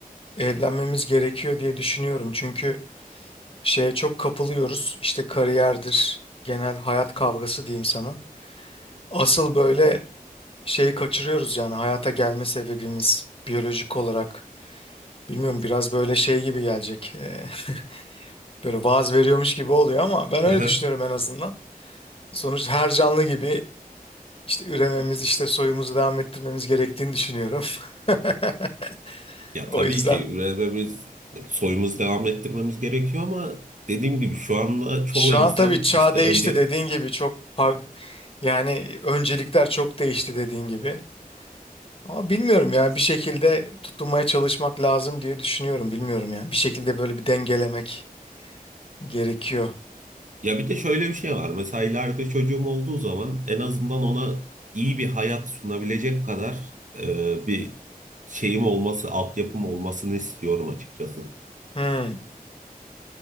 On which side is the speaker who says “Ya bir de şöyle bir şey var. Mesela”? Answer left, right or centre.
Right